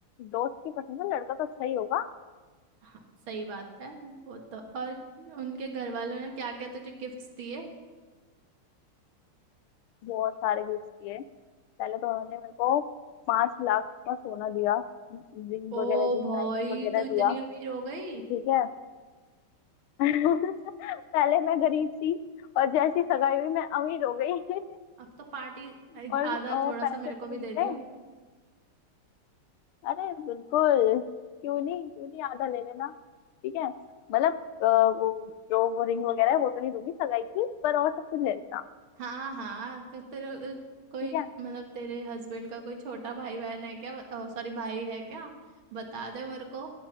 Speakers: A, on the left; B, on the right.
A: दोस्त की पसंद है लड़का तो अच्छा ही होगा
B: हाँ सही बात है वो तो और उनके घर वालों ने क्या क्या तुझे गिफ्ट्स दिए
A: बहुत सारे गिफ्ट दिए पहले तो उन्होंने मेरे को पांच लाख का सोना दिया रिंग
B: ओ
A: वगैरह दी
B: भाई
A: डायमंड वगैरह
B: तू इतनी
A: दिया
B: अमीर हो गई
A: ठीक है <laughs> पहले मैं गरीब थी और जैसी सगाई हुई मैं अमीर हो गई <laughs>
B: अब तो पार्टी
A: और
B: आधा
A: अ,
B: थोड़ा
A: पैसे
B: सा मेरे
A: अलग
B: को भी
A: मिले
B: दे दियो
A: अरे बिल्कुल क्यों नहीं क्यों नहीं आधा ले लेना ठीक है मतलब अ, वो जो वो रिंग वगैरह है वो तो नहीं दूंगी सगाई की पर और सब कुछ ले लेना
B: हाँ हाँ तो तेरे कोई
A: ठीक है
B: मतलब तेरे हस्बैंड का कोई छोटा भाई बहन है क्या सॉरी भाई है क्या बता दे मेरे को